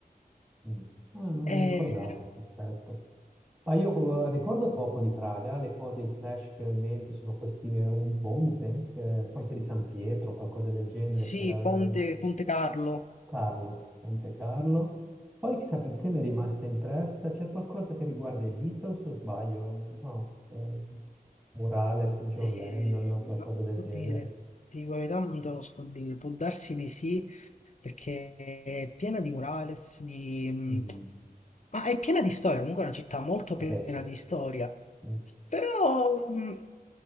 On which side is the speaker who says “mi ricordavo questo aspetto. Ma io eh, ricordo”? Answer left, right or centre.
Right